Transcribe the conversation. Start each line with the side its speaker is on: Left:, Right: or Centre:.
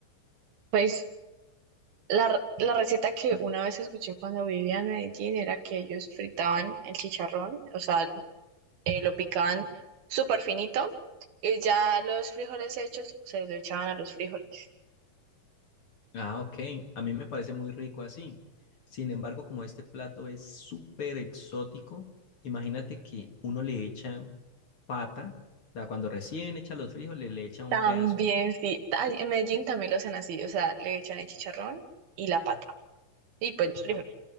Right: Pues La, la receta que una vez escuché cuando vivía en Medellín era que ellos fritaban el chicharrón, o sea, eh, lo picaban súper finito y ya los frijoles hechos se lo echaban a los frijoles.
Left: Ah, ok. A mí me parece muy rico así. Sin embargo, como este plato es súper exótico, imagínate que uno le echa pata, o sea, cuando recién echa los frijoles, le echa un
Right: También
Left: pedazo de
Right: sí, ta- en Medellín también lo hacen así, o sea, le echan el chicharrón y la pata y pues los frijoles.
Left: pata